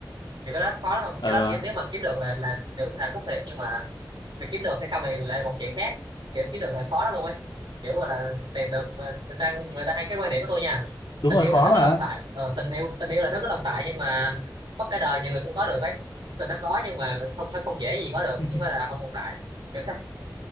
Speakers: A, on the right; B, on the left.
A: kiểu cái đó khó lắm không
B: ờ
A: cái đó kiểu nếu mà kiếm được là là kiểu là rút thiệt nhưng mà mà kiếm được hay không thì lại là một chuyện khác kiểu kiếm được là khó lắm luôn ấy kiểu gọi là tìm được người ta người ta hay cái quan điểm của tôi nha
B: đúng
A: tình
B: rồi
A: yêu
B: khó
A: là thứ
B: mà
A: có tồn tại ờ, tình yêu tình yêu là thứ có tồn tại nhưng mà mất cả đời nhiều người cũng có được ấy tình nó có nhưng mà không không dễ gì có được chứ
B: <laughs>
A: không phải là không tồn tại kiểu thế